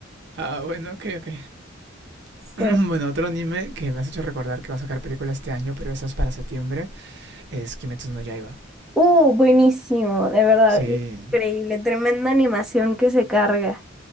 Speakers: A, on the right (about 60°); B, in the centre.
A: Ah, bueno, ok, ok.
B: Sí.
A: <clears throat> Bueno, otro anime que me has hecho recordar que va a sacar película este año, pero esa es para septiembre, es Kimetsu no Yaiba.
B: Uh, buenísimo, de verdad,
A: Sí,
B: increíble, tremenda animación que se carga.